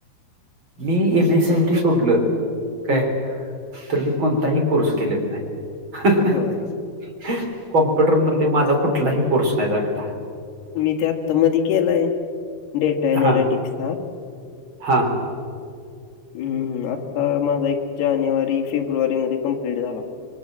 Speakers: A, on the right (about 30°); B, on the left (about 70°).
A: मी एम ए
B: होय.
A: सायटी सोडलं काय
B: हं
A: तर मी कोणताही कोर्स केलेला नाही. हं हं
B: होय.
A: अ कॉम्प्युटर मधले माझा कुठलाही कोर्स नाही झालेला.
B: मी ते आत्ता मधी केलाय डेटा
A: हा
B: अनलिटिक्सचा.
A: हा.
B: हम्म आता माझा एक जानेवारी फेब्रुवारी मध्ये कम्प्लीट झाला.